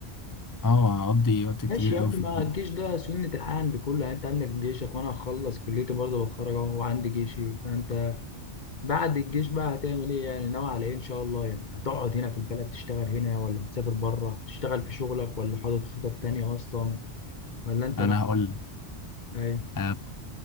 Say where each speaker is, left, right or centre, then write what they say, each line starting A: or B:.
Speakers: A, on the left; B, on the left.
A: اه هقضي وقت
B: ماشي
A: كبير
B: يا
A: قوي
B: ابني
A: في
B: ما
A: الجيش
B: الجيش ده سنه الحياه عند كله يعني انت عندك جيشك وانا هخلص كليتي برضه بتخرج اهو وعندي جيشي فانت بعد الجيش بقى هتعمل ايه يعني ناوي على ايه ان شاء الله يعني هتقعد هنا في البلد تشتغل هنا ولا هتسافر بره تشتغل في شغلك ولا حاطط خطط تانية اصلا ولا انت
A: انا
B: ناوي
A: هقول
B: ايه
A: لك